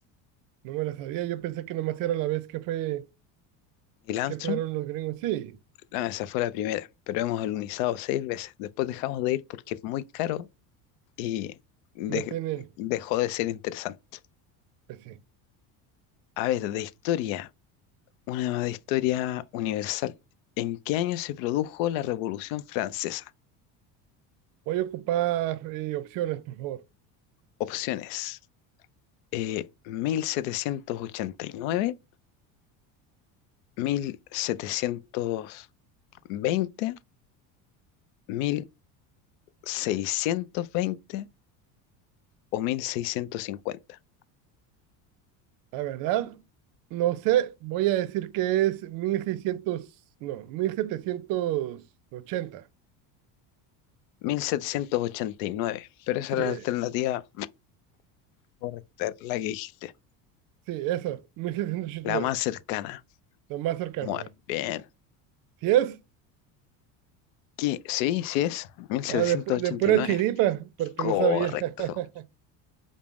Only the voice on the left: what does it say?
Neil Armstrong
No, esa fue la primera, pero hemos alunizado seis veces. Después dejamos de ir porque es muy caro y de-
dejó de ser interesante.
A ver, de historia, una de historia universal. ¿En qué año se produjo la Revolución Francesa?
Opciones: eh, mil setecientos ochenta y nueve, mil setecientos veinte, mil seiscientos veinte o mil Mil seiscientos cincuenta.
mil setecientos ochenta y nueve. pero esa
era la
alternativa Correcta, la que dijiste,
la
más cercana.
Muy
bien.
¿Qué? Sí, sí es, mil setecientos
ochenta
y nueve.
Correcto.